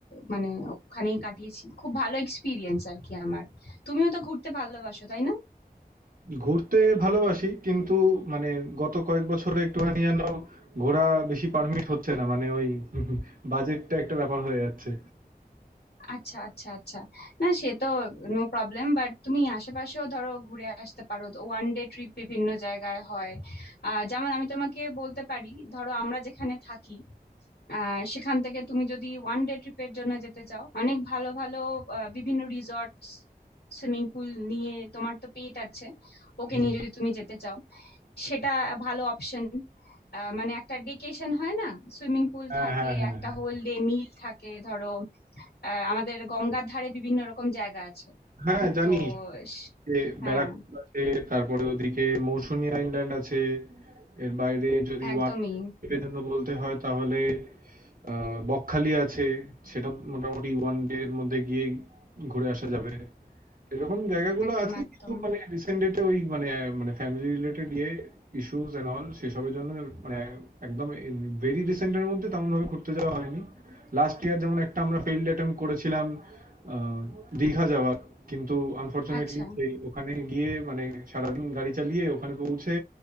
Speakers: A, on the left; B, on the right.
A: মানে ওখানেই কাটিয়েছি খুব ভালো এক্সপিরিয়েন্স আর কি আমার তুমিও তো ঘুরতে ভালোবাসো তাই না
B: ঘুরতে ভালোবাসি কিন্তু মানে গত কয়েক বছরে একটুখানি যেন ঘোরা বেশি পারমিট হচ্ছে না মানে ওই বাজেটটা একটা ব্যাপার হয়ে যাচ্ছে
A: আচ্ছা আচ্ছা আচ্ছা না সে তো নো প্রবলেম বাট তুমি আশেপাশেও ধরো ঘুরে আসতে পারো ওয়ান ডে ট্রিপ বিভিন্ন জায়গায় হয় আহ যেমন আমি তোমাকে বলতে পারি ধরো আমরা যেখানে থাকি আহ সেখান থেকে তুমি যদি ওয়ান ডে ট্রিপের জন্য যেতে চাও অনেক ভালো ভালো আহ, বিভিন্ন রিসর্টস সুইমিং পুল নিয়ে তোমার তো পেট আছে ওকে
B: হুম।
A: নিয়ে যদি তুমি যেতে চাও সেটা ভালো অপশন মানে একটা ডেকেশন হয় না সুইমিং পুল
B: হ্যাঁ
A: থাকে
B: হ্যাঁ হ্যাঁ
A: একটা
B: হ্যাঁ
A: হোল ডে মিল থাকে ধরো আহ, আমাদের গঙ্গার ধারে বিভিন্ন রকম জায়গা আছে
B: হ্যাঁ জানি
A: তো স-
B: যে
A: হ্যাঁ
B: ব্যারাকপুর আছে তারপরে ওদিকে মৌসুনি আইল্যান্ড আছে এর বাইরে যদি
A: একদমই
B: ওয়ান এর জন্য বলতে হয় তাহলে আহ, বকখালি আছে সেটা মোটামুটি ওয়ান ডে এর মধ্যে গিয়ে ঘুরে আসা যাবে এরকম জায়গাগুলো
A: একদম
B: আছে
A: একদম
B: কিন্তু মানে রিসেন্ট ডেটে ওই মানে আহ, মানে ফ্যামিলি রিলেটেড ইয়ে ইস্যুস এন্ড অল সেসবের জন্য মানে একদম ভেরি রিসেন্টের মধ্যে তেমন ভাবে ঘুরতে যাওয়া হয়নি লাস্ট ইয়ার যেমন একটা আমরা ফেইল্ড অ্যাটেম্প করেছিলাম আহ, দীঘা যাওয়ার কিন্তু আনফরচুনেটলি
A: আচ্ছা
B: সেই ওখানে গিয়ে মানে সারাদিন গাড়ি চালিয়ে ওখানে পৌঁছে